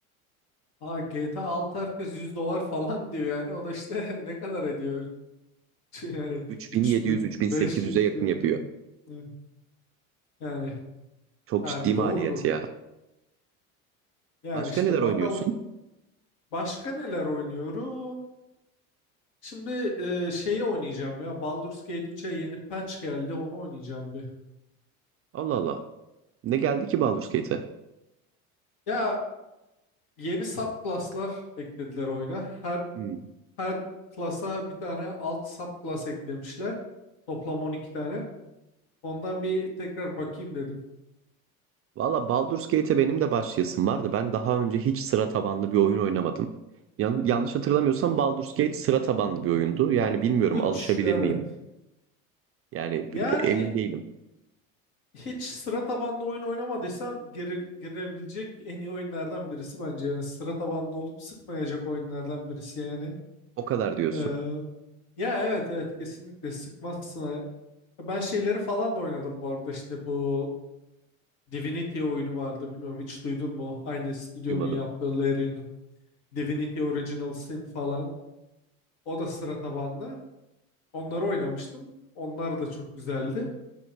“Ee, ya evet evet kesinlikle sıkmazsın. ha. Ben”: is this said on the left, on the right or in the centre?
Left